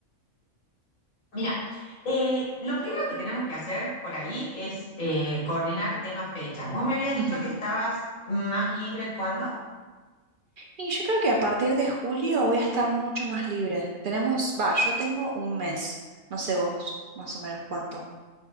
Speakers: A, on the left; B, on the right.
A: Mira, eh, lo primero que tenemos que hacer por ahí es eh, coordinar temas fechas. Vos me habías dicho
B: Ujú.
A: que estabas más libre cuándo.
B: Y yo creo que a partir de julio voy a estar mucho más libre. Tenemos, va, yo tengo un mes. No sé vos, más o menos cuánto.